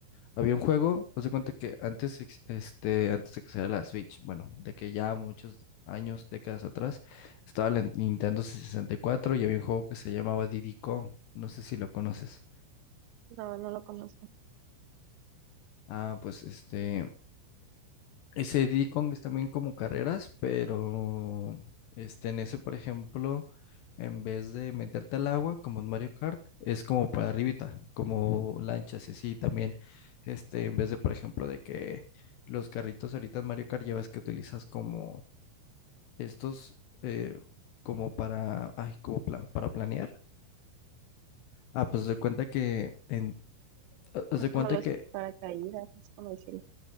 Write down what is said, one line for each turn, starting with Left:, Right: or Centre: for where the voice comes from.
Left: había un juego, pues de cuenta que antes, ex- este, antes de que saliera la Switch, bueno, de que ya muchos años, décadas atrás, estaba la Nintendo 64 y cuatro y había un juego que se llamaba Diddy Kong. No sé si lo conoces.
Right: No, no lo conozco.
Left: Ah, pues este, Ese D-Kong es también como carreras, pero este, en ese, por ejemplo, en vez de meterte al agua, como en Mario Kart, es como para arribita, como lanchas y así también. Este, en vez de, por ejemplo, de que los carritos ahorita en Mario Kart llevas que utilizas como estos, eh, como para, ay, como pla- para planear. Ah, pues haz de cuenta que, en, ha- haz
Right: Es
Left: de
Right: como
Left: cuenta
Right: los
Left: que
Right: paracaídas, es como decirlo.